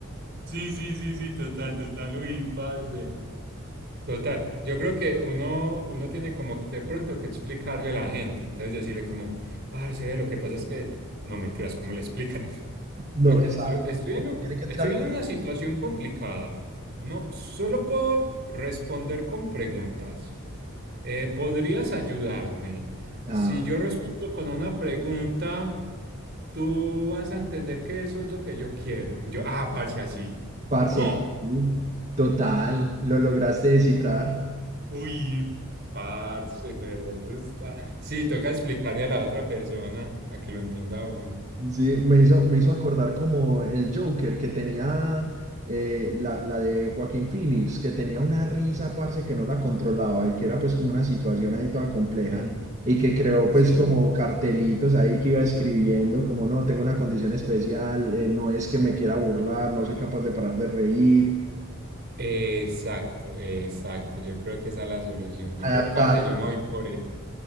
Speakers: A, on the right; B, on the right.
A: Sí, sí, sí, sí, total, total. Uy, parce. Total, yo creo que uno, uno tiene como que de pronto que explicarle a la gente, entonces decirle como, parce, ve, lo que pasa es que, no mentiras, ¿cómo le explican? <laughs>
B: No,
A: Lo que,
B: exacto.
A: lo, estoy
B: Como
A: en, un-
B: tiene que
A: estoy
B: tirar.
A: en una situación complicada, no, solo puedo responder con preguntas. Eh, ¿podrías ayudarme?
B: Ah,
A: Si yo respondo con una pregunta, tú vas a entender que eso es lo que yo quiero. Yo, ah, parce, así.
B: parce,
A: No.
B: sí, total, lo lograste descifrar.
A: Uy, parce, pero eso está. Sí, toca explicarle a la otra persona a que lo entienda uno.
B: Sí, me hizo, me hizo acordar como el Joker que tenía eh, la, la de Joaquín Phoenix, que tenía una risa, parce, que no la controlaba y que era pues como una situación ahí toda compleja
A: Ujú.
B: y que creó
A: Sí.
B: pues como cartelitos ahí que iba escribiendo como no, tengo una condición especial, eh, no es que me quiera burlar, no soy capaz de parar de reír,
A: Exacto, exacto. Yo creo que esa es la solución. Yo
B: adaptar
A: creo, parce, yo me voy por eso.